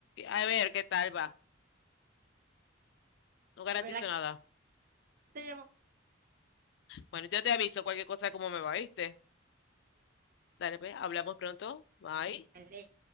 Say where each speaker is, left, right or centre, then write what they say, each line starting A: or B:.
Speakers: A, on the left; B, on the right.
A: A ver qué tal va. No garantizo
B: Te- la- que
A: nada.
B: te llamo-
A: Bueno, yo te aviso cualquier cosa como me va, ¿viste? Dale, pues, hablamos pronto. Bye.
B: Dale.